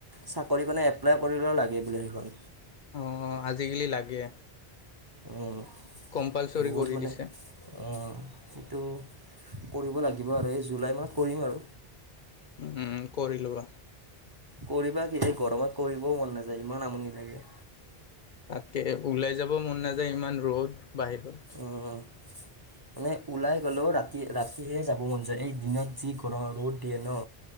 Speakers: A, on the right; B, on the left.
A: চাকৰি কৰণে এপ্লাই কৰিলেও লাগে বোলে সেইখন।
B: অহ' আজিকালি লাগে।
A: উম'।
B: কম্পালচৰি
A: বহুত
B: কৰি
A: মানে
B: দিছে
A: অহ, সেইটো কৰিব লাগিব আৰু এই জুলাই মাহ কৰিম আৰু।
B: উম' কৰি লোৱা।
A: কৰিবা কি এই গৰমত কৰিবও মন নাযায় ইমান আমনি লাগে।
B: তাতকে ওলাই যাব মন নাযায় ইমান ৰ'দ বাহিৰত।
A: উম, মানে ওলাই গ'লেও ৰাতি ৰাতিহে যাব মন যায় এই দিনত যি গৰম ৰ'দ দিয়ে ন।